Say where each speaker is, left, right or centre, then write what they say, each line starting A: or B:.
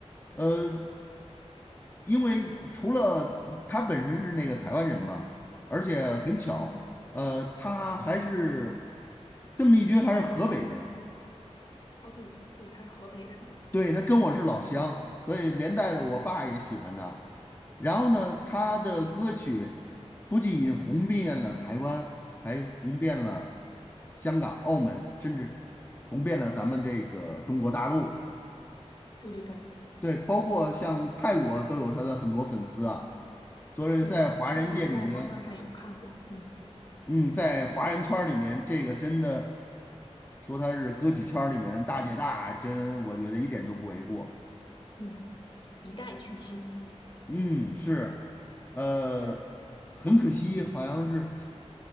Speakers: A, on the left; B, on the left.
A: 儿呃，因为除了他本身是那个台湾人嘛，而且很巧，
B: 对，
A: 呃，他还是邓丽君还是河北人。
B: 哦，对对，她是河北人。
A: 对，他跟我是老乡，所以连带着我爸也喜欢他。然后呢，他的歌曲不仅红遍了台湾，还红遍了香港、澳门，甚至红遍了咱们这个中国大陆。
B: 对对对
A: 对，包括像泰国都有他的很多粉丝啊。所以在华人界里面，
B: 对，我之前在网站上有看过。嗯
A: 嗯，在华人圈儿里面，这个真的说他是歌曲圈儿里面的大姐大，真我觉得一点都不为过。
B: 嗯，一代巨星。
A: 嗯，是，呃，
B: 嗯
A: 很可惜，好像是